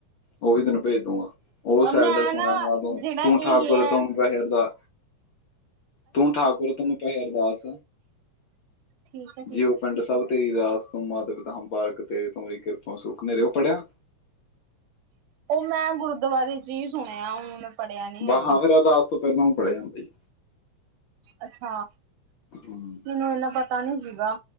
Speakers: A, on the left (about 75°); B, on the right (about 80°).
A: ਉਹ ਵੀ ਤੈਨੂੰ ਭੇਜ ਦੂਗਾ। ਉਹ ਸ਼ਾਇਦ
B: ਮੈਂ
A: ਸੁਣਿਆ
B: ਨਾ
A: ਹੋਣਾ ਤੂੰ,
B: ਜਿਹੜਾ
A: ਤੂੰ
B: ਇਹ
A: ਠਾਕੁਰ
B: ਹੈ
A: ਤੁਮ ਪਏ ਅਰਦਾ ਤੂੰ ਠਾਕੁਰ ਤੁਮ ਪਏ ਅਰਦਾਸ
B: ਠੀਕ ਹੈ ਠੀਕ
A: ਜੀਓ
B: ਹੈ
A: ਪਿੰਡ
B: ਠੀਕ
A: ਸਭ ਤੇਰੀ ਰਾਸ ਤੂੰਮ ਮਾਤ ਪਿਤਾ ਹਮ ਬਾਰਕ ਤੇਰੇ ਤੁਮਰੀ ਕਿਰਪਾ ਮੈ ਸੂਖ ਘ ਉਹ ਪੜਿਆ?
B: ਉਹ ਮੈਂ ਗੁਰਦੁਆਰੇ ਚ ਹੀ ਸੁਣਿਆ ਹੁਣ ਪੜ੍ਹਿਆ ਨੀ
A: ਮੁਹਾਵਰਾ
B: ਹੈਗਾ
A: ਅਰਦਾਸ ਤੋਂ ਪਹਿਲਾਂ ਉਹ ਪੜਿਆ ਜਾਂਦਾ ਜੀ।
B: ਅੱਛਾ
A: ਹਮ,
B: ਮੈਨੂੰ ਇਨਾ ਪਤਾ ਨੀ ਸੀਗਾ